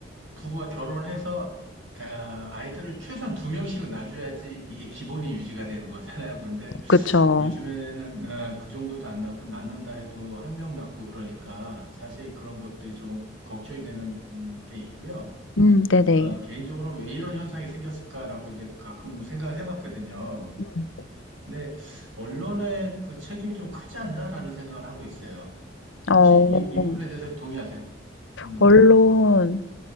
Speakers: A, on the right (about 85°); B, on the left (about 75°).
A: 부부가 결혼해서 아, 아이들을 최소한 두 명씩은 낳아줘야지 이게 기본이 유지가 되는 거잖아요. 근데
B: 그쵸.
A: 요즘에는 아, 그 정도도 안 낳고 낳는다 해도 한 명 낳고 그러니까 사실 그런 것들이 좀 걱정이 되는 게 있고요.
B: 음, 네네.
A: 어, 개인적으로는 왜 이런 현상이 생겼을까라고 이제 가끔 생각을 해봤거든요.
B: 음.
A: 근데 언론의 그 책임이 좀 크지 않나라는 생각을 하고 있어요.
B: 어,
A: 혹시 이, 이 부분에 대해서 동의하세요? 음,
B: 언론.